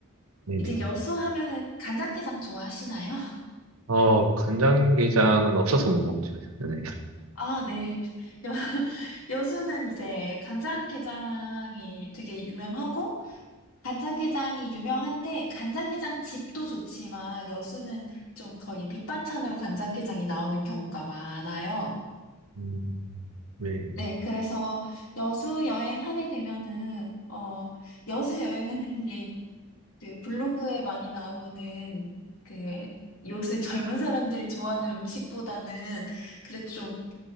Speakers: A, on the right; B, on the left.
A: 네네.
B: 이제 여수 하면은 간장게장 좋아하시나요? <laughs>
A: 어, 간장게장은 없어서 못 먹죠. 네.
B: 아, 네. 여, 여수는 이제 간장게장이 되게 유명하고, 간장게장이 유명한데, 간장게장 집도 좋지만, 여수는 좀 거의 밑반찬으로 간장게장이 나오는 경우가 많아요.
A: 음, 네.
B: 네, 그래서 여수 여행하게 되면은, 어, 여수 여행은 <laughs> 대신 그 블로그에 많이 나오는 그 요새 젊은 사람들이 좋아하는 음식보다는 그래도 좀